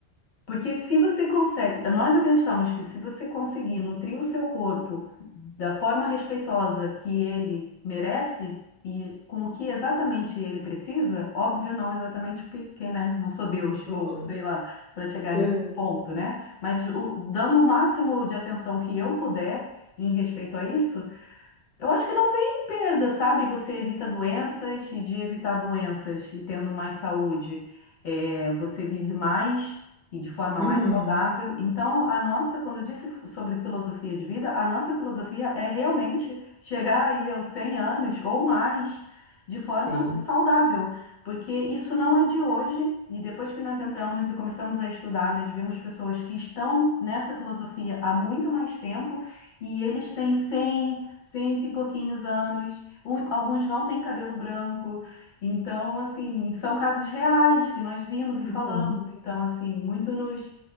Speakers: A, on the left (about 50°); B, in the centre.
A: Porque se você consegue, nós acreditamos que se você conseguir nutrir o seu corpo da forma respeitosa que ele merece e com o que exatamente ele precisa, óbvio, não exatamente porque, quem, né, não sou Deus <laughs> ou
B: Uhum.
A: sei lá, para chegar
B: Uhum.
A: nesse ponto, né? Mas o- dando o máximo de atenção que eu puder em respeito a isso, eu acho que não tem perda, sabe? Você evita doenças e de evitar doenças e tendo mais saúde, é, você vive mais e de forma
B: Uhum.
A: mais saudável. Então, a nossa, quando eu disse f- sobre filosofia de vida, a nossa filosofia é realmente chegar aí aos 100 anos ou mais de forma
B: Sim.
A: saudável, porque isso não é de hoje. E depois que nós entramos e começamos a estudar, nós vimos pessoas que estão nessa filosofia há muito mais tempo e eles têm 100 cento e pouquinhos anos, um- alguns não têm cabelo branco. Então, assim, são casos reais que nós vimos e
B: Uhum.
A: falamos. Então, assim, muito nos,